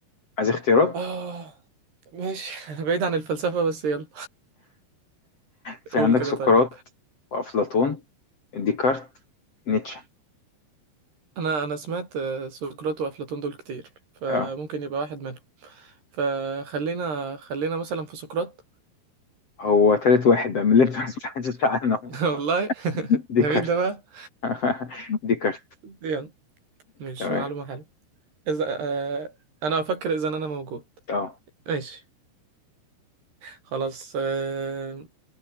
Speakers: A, on the left; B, on the right.
A: عايز اختيارات؟
B: اه ماشي <laughs> بعيد عن الفلسفة بس يلا
A: في
B: قول
A: عندك
B: كده
A: سقراط
B: طيب
A: وأفلاطون ديكارت نيتشه
B: انا انا سمعت آه، سقراط وافلاطون دول كتير فممكن
A: آه
B: يبقى واحد منهم فخلينا خلينا مثلا في سقراط
A: هو تالت واحد بقى من اللي <laughs> أنت ما سمعتش عنه
B: <laughs> والله <laughs>
A: ديكارت
B: ده مين ده بقى
A: <laughs> ديكارت
B: يلا مش
A: تمام
B: معلومة حلوة اذا آه، انا افكر اذا انا موجود
A: آه
B: ماشي خلاص آه،